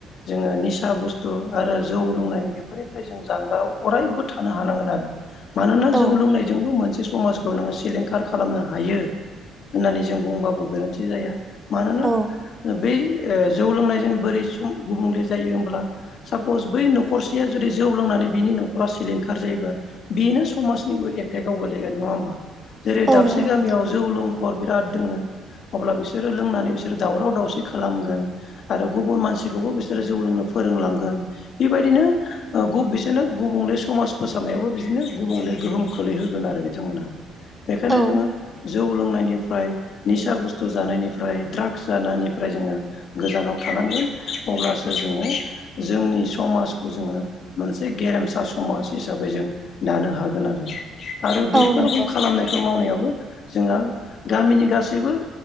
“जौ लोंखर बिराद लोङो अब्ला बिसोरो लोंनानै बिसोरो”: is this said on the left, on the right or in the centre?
Left